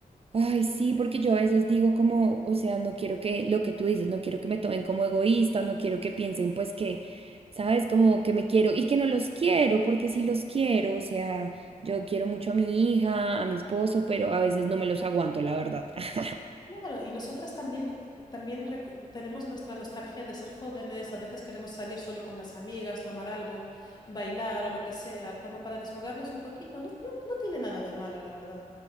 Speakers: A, on the right (about 40°); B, on the left (about 30°).
A: Ay, sí, porque yo a veces digo como, o sea, no quiero que lo que tú dices, no quiero que me tomen como egoísta, no quiero que piensen pues que, sabes, como que me quiero y que no los quiero, porque sí los quiero, o sea, yo quiero mucho a mi hija, a mi esposo, pero a veces no me los aguanto, la verdad. <laughs>
B: Claro, y nosotras también, también recu- tenemos nuestra nostalgia de ser jóvenes, a veces queremos salir solo con las amigas, tomar algo, bailar o lo que sea, como para desfogarnos un poquito. No, no, no tiene nada de malo, la verdad.